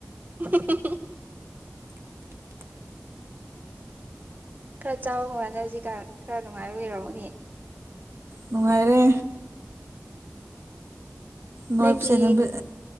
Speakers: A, on the right; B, on the right.
A: ꯑꯍ ꯍ ꯍ ꯈꯔ ꯆꯥꯕ ꯃꯥꯜꯂꯦ ꯍꯧꯖꯤꯛꯀꯥꯟ ꯈꯔ ꯅꯨꯡꯉꯥꯏꯕꯩ ꯑꯣꯏꯔꯝꯒꯅꯤ
B: ꯅꯨꯡꯉꯥꯏꯔꯦ ꯅꯣꯏꯕꯁꯦ
A: ꯅꯪꯒꯤ
B: ꯅꯨꯃꯤꯠ